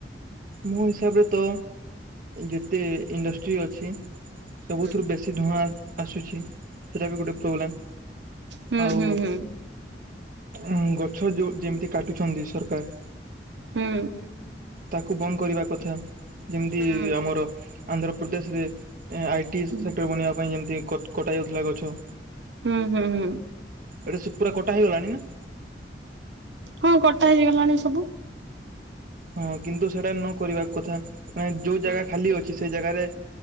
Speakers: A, on the right; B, on the right.
A: ମୋ ହିସାବରେ ତ ଯେତେ ଇଣ୍ଡଷ୍ଟ୍ରି ଅଛି ସବୁଥିରୁ
B: ହୁଁ
A: ବେଶୀ ଧୂଆଁ ଆସୁଛି। ସେଇଟା ବି ଗୋଟେ ପ୍ରୋବ୍ଲେମ୍।
B: ହୁଁ
A: ଆଉ
B: ହୁଁ ହୁଁ
A: ଉ ଗଛ ଯଉ ଯେମିତି କାଟୁଛନ୍ତି ସରକାର
B: ହୁଁ।
A: ତାକୁ ବନ୍ଦ କରିବା କଥା, ଯେମିତି
B: ହୁଁ
A: ଆମର ଆନ୍ଧ୍ରପ୍ରଦେଶରେ ଆଇ ଟି ସେକ୍ଟର
B: ହୁଁ।
A: ବନିବା ପାଇଁ ଯେମିତି କଟା ଯାଉଥିଲା ଗଛ।
B: ହୁଁ ହୁଁ ହୁଁ
A: ଏଟି ସୁ ପୁରା କଟା ହେଇଗଲାଣି ନା?
B: ହଁ କଟା ହେଇଯଗଲାଣି ସବୁ।
A: ହଁ କିନ୍ତୁ ସେଟା ନ କରିବା କଥା ମାନେ ଯୋଉ
B: ହୁଁ
A: ଜାଗା ଖାଲି ଅଛି ସେଇ ଜାଗାରେ